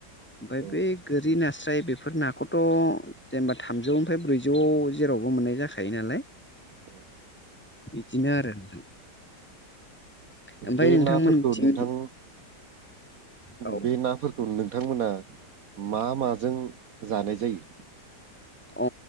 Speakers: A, in the centre; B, on the right.
A: ओमफफ्राय
B: ओं
A: बेै गोरि नास्राय बेफोर नाखौ थ' जेनेबा थामजौनिफ्राय ब्रैजौ जेरावबो मोननाय जाखायो नालाय
B: औ
A: बिदिनो आरो नोंथां ओमफ्राय
B: बे
A: नोंथांमोननिथिं
B: नाफोरखौ नोंथां
A: औ
B: बे नाफोरखौ नोंथांमोना मा माजों जानाय जायो
A: अ